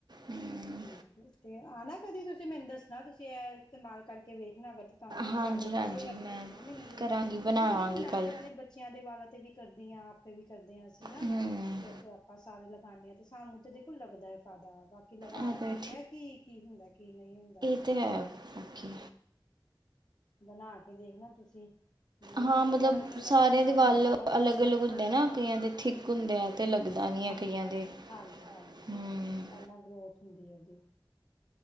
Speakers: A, on the right (about 55°); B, on the left (about 50°).
A: ਹਮ
B: ਠੀਕ ਤੇ ਆ, ਨਾ ਕਦੀ ਤੁਸੀਂ ਮੈਨੂੰ ਦੱਸਣਾ, ਤੁਸੀਂ ਇਹ ਇਸਤੇਮਾਲ ਕਰਕੇ ਵੇਖਣਾ ਕਦੇ। ਤੁਹਾਨੂੰ ਕੋਈ
A: ਹਾਂਜੀ
B: ਫਾਇਦਾ
A: ਹਾਂਜੀ
B: ਲੱਗੇਗਾ, ਤੇ ਦੱਸਣਾ
A: ਮੈਂ
B: ਮੈਨੂੰ ਜ਼ਰੂਰ,
A: ਕਰਾਂਗੀ ਬਣਾਵਾਂਗੀ
B: ਕਿਉਂਕਿ ਦੇਖੋ ਮੈਂ
A: ਕੱਲ
B: ਤੇ ਆਪਣੇ ਬੱਚਿਆਂ ਦੇ ਵਾਲਾ ਤੇ ਵੀ। ਕਰਦੀ ਹਾਂ, ਆਪੇ ਵੀ ਕਰਦੇ ਹਾਂ, ਅਸੀਂ ਨਾ
A: ਹੂੰ
B: ਤੇ ਆਪ, ਆਪਾਂ ਸਾਰੇ ਲਗਾਉਂਦੇ ਹਾਂ, ਤੇ ਸਾਨੂੰ ਤੇ ਦੇਖੋ ਲੱਗਦਾ ਏ ਫਾਇਦਾ ਬਾਕੀ ਕਿ ਲਗਾ
A: ਆ ਤਾਂ
B: ਕੇ, ਹੀ ਹੈ, ਕਿ ਕੀ ਹੁੰਦਾ, ਕੀ ਨਹੀਂ ਹੁੰਦਾ।
A: ਅਤੇ ਹੈ, ਬਾਕੀ।
B: ਬਣਾ ਕੇ, ਦੇਖਣਾ ਤੁਸੀਂ। ਨਹੀਂ
A: ਹਾਂ ਮਤਲਬ,
B: ਪਤਾ ਲੱਗੇਗਾ
A: ਸਾਰਿਆਂ
B: ਤੇ ਭਾਵੇਂ
A: ਦੇ ਵਾਲ
B: ਦੁਬਾਰਾ ਫੋਨ
A: ਅਲੱਗ
B: ਕਰਕੇ
A: -ਅਲੱਗ ਹੁੰਦੇ
B: ਪੁੱਛ
A: ਹੈਨਾ,
B: ਲੈਣਾ
A: ਕਈਆਂ ਦੇ ਥਿੱਕ ਹੁੰਦੇ ਆ। ਤੇ ਲੱਗਦਾ ਨਹੀਂ,
B: ਹਾਂਜੀ
A: ਹੈ ਕਈਆਂ
B: ਹਾਂਜੀ
A: ਦੇ,
B: ਹਾਂਜੀ -ਹਾਂਜੀ,
A: ਹੂੰ
B: ਇੰਨਾ ਗਰੋਥ ਹੁੰਦੀ ਹੈ, ਉਹਦੀ।